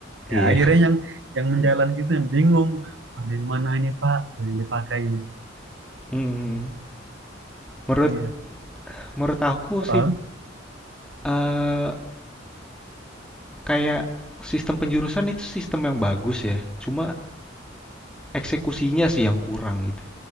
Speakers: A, on the right (about 70°); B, in the centre.
A: ya
B: iya
A: akhirnya yang yang menjalan gitu yang bingung ada yang mana ini Pak yang dipakai ini
B: Hmm. hmm, hmm. menurut
A: iya
B: menurut aku
A: oh,
B: sih Eee, kayak sistem penjurusan itu sistem yang bagus ya, cuma eksekusinya sih yang kurang gitu.